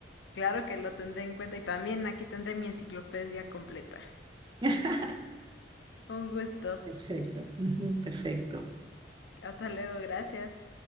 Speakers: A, on the left; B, on the right.
A: Claro que lo tendré en cuenta y también aquí tendré mi enciclopedia completa.
B: <laughs>
A: Un gusto.
B: Perfecto, ujú, perfecto.
A: Hasta luego, gracias.